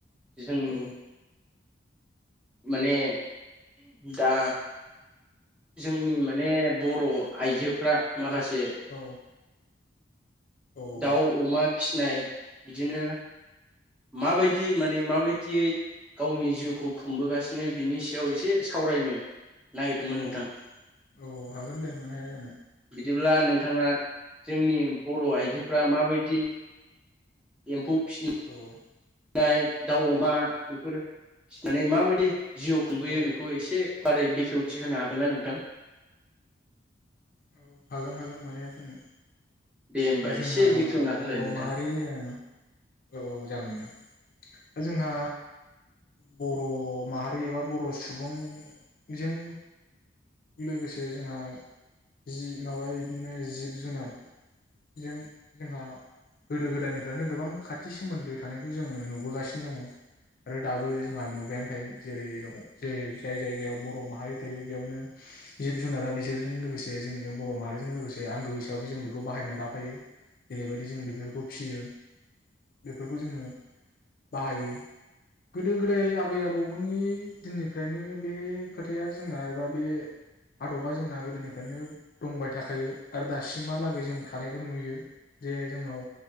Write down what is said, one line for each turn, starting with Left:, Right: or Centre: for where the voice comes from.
Centre: जोंनि
Left: औ
Centre: माने दा जोंनि माने बर' आइजो फ्रा
Left: औ
Centre: माखासे
Left: औ औ
Centre: दाउ अमा फिसिनाय बिदिनो माबायदि माने माबायदियै गावनि जिउखौ खुंबोगासिनो बिनि सायाव एसे सावरायनो नागिरदोंमोन
Left: औ
Centre: नोंथां
Left: औ हागोन दे मानो हाया जानो
Centre: जेब्ला नोंथाङा जोंनि बर' आइजोफ्रा माबायदि एम्फौ फिसि
Left: उम
Centre: <unintelligible> दाउ मा बेफोर माने माबायदि जिउ खुंबोयो
Left: औ
Centre: बेखौ एसे मारै बेखेवथि होनो हागोन ना नोंथां
Left: औ हागोन हागोन मानो हाया जानो
Centre: दे होमबा
Left: दा जोंना
Centre: एसे बेखेवना होलाय
Left: बरमाहारि
Centre: नोंथां
Left: ओ औ औ जागोननो था जोंना बर' माहारि एबा बर' सुबुंजों लोगोसे जोंहा जि माबा बिदिनो जिब जुनारजों जोंहा गोदो गोदाय गोदायनिफ्रायनो गोबां खाथि सोमोन्दो थानायखौ जोङो नुबोगासिनो दङ आरो दाबो जोंहा नुबायानो थायो जेरै-जेरै जाय जायगायाव बर माहारि थायो बेयावनो जिब जुनारा बिसोरजों लोगोसे जोंजों बर' माहारिजों लोगोसे आंगो हिसाबै जों बेखौ बाहायनानै लाफायो जेरैबायदि जों बेफोरखौ फियो बेफोरखौ जोङो बाहायो गोदो गोदाय आबै आबौमोननि दिननिफ्रायनो बे खोथाया जोंना एबा बे आदबा जोंना गोदोनिफ्रायनो दंबाय थाखायो आरो दासिमहालागै जों थानायखौ नुयो जे जोंनाव